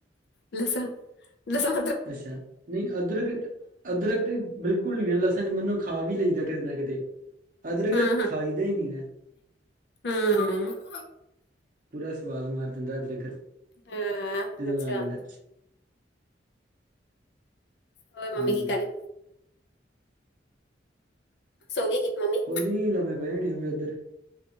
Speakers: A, on the left; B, on the right.
A: ਲਿਸਨ ਲਿਸਨ।
B: ਅੱਛਾ ਨਹੀਂ ਅਦਰਕ ਅਦਰਕ ਤੇ, ਬਿਲਕੁਲ ਨੀ <unintelligible> <unintelligible> ਖਾ ਵੀ ਲਈਦਾ ਕਿਤੇ ਨਾ ਕਿਤੇ, ਅਦਰਕ
A: ਹੂੰ
B: ਕਿਤੇ ਖਾਈ ਦਾ ਹੀ ਨਹੀਂ ਨਾ।
A: ਹੂੰ ਹੂੰ
B: ਪੂਰਾ ਸਵਾਦ ਮਾਰ ਦਿੰਦਾ ਅਦਰਕ,
A: ਹਾਂ
B: ਜਦੋਂ
A: ਅੱਛਾ
B: ਆ ਜਾਂਦਾ।
A: ਹੋਰ ਮੰਮੀ
B: ਹਾਂਜੀ
A: ਕੀ ਕਰੀ ਸੋ ਗੇ ਕਿ ਮੰਮੀ?
B: ਕੁੱਝ ਨੀ ਲਮੇ ਪਏ ਹੋਣੇ ਉਹ ਵੀ ਉੱਧਰ।